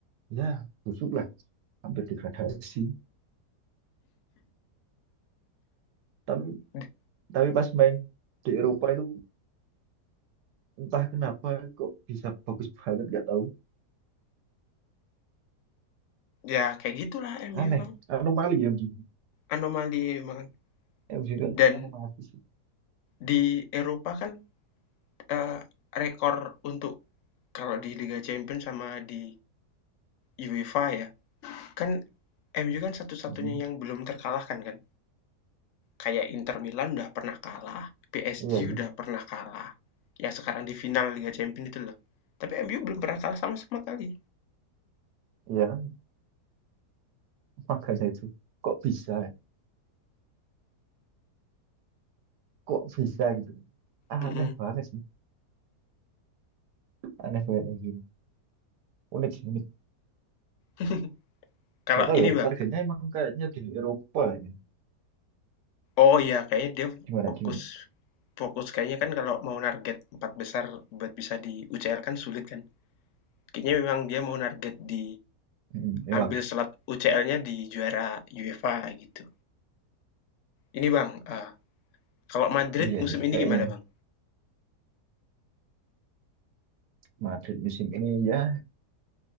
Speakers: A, on the right (about 80°); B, on the left (about 70°).
A: ya busuk lah hampir degradasi tapi
B: Di
A: tapi pas main di Eropa itu entah kenapa kok bisa bagus banget nggak tahu
B: ya kayak gitulah MU
A: aneh
B: Bang,
A: anomali ya MCU
B: anomali banget.
A: MCU <laughs> kan
B: Dan
A: anomali sih
B: di Eropa kan, eee, rekor untuk kalau di Liga Champions sama di UEFA ya, kan MU kan satu-satunya
A: Hmm,
B: yang belum terkalahkan kan? Kayak Inter Milan udah pernah kalah, PSG
A: iya sih
B: udah pernah kalah, yang sekarang di final Liga Champions itu loh. Tapi MU belum pernah kalah sama sama kali.
A: iya kan? makanya itu kok bisa kok bisa gitu aneh
B: Mhm.
A: banget sih aneh banget MCU unik sih unik
B: <laughs> Kalau
A: nggak tahu
B: ini
A: ya
B: Bang,
A: targetnya emang kayaknya di Eropa ya
B: oh iya kayaknya dia
A: gimana
B: fokus
A: gimana
B: fokus kayaknya kan kalau mau target empat besar buat bisa di UCL kan sulit kan. Kayaknya memang dia mau target di
A: Hmm, emang
B: ambil slot UCL-nya di juara UEFA gitu. Ini Bang, eh, kalau Madrid
A: iya
B: musim
A: sih
B: ini
A: kayaknya
B: gimana Bang?
A: Madrid musim ini ya